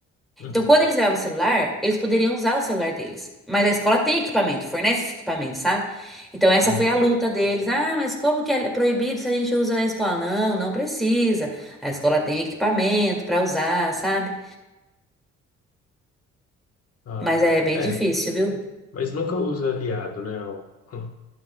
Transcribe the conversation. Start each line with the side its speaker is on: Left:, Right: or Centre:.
Left: uhum,
Centre: Então, quando eles levavam o celular, eles poderiam usar o celular deles. Mas a escola tem equipamento, fornece esse equipamento, sabe? Então, essa
Left: entendi.
Centre: foi a luta deles. Ah, mas como que é proibido se a gente usa na escola? Não, não precisa. A escola tem equipamento para usar, sabe?
Left: Ah,
Centre: Mas
Left: tá.
Centre: é bem
Left: É,
Centre: difícil, viu?
Left: mas nunca usa aliado, né? Ao, <laughs>